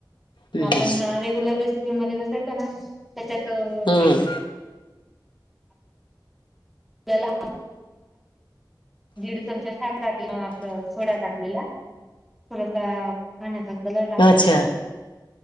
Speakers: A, on the left; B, in the centre.
A: हम्म
B: आपण रेग्युलर रेसिपीमध्येध्येचसे ना त्याच्यात
A: हम्म
B: एक आपल्याला दीड चमचा साग टाक आपलं सोडा टाकलेला थोडासा खण्याचा कलर टाकलेला
A: अच्छा
B: होता